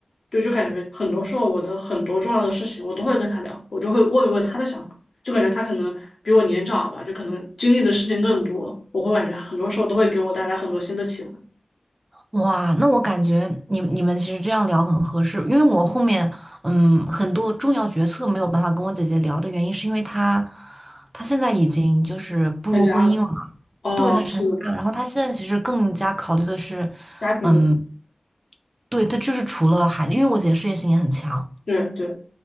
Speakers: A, on the left; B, on the right.
A: 对，就感觉很多时候我的很多重要的事情我都会跟她聊，我就会问一问她的想法，就感觉她可能比我年长吧，就可能经历的事情更多，我会感觉她很多时候都会给我带来很多新的启发，
B: 哇，那我感觉你你们其实这样聊很合适，因为我后面嗯很多重要决策没有办法跟我姐姐聊的原因，是因为她她现在已经就是步入婚姻了嘛，
A: 增加了，哦，
B: 对，她成家了，
A: 是的
B: 然后她现在其实更加考虑的是，
A: 家庭的，
B: 嗯，对，她就是除了孩子，因为我姐事业心也很强，
A: 对对。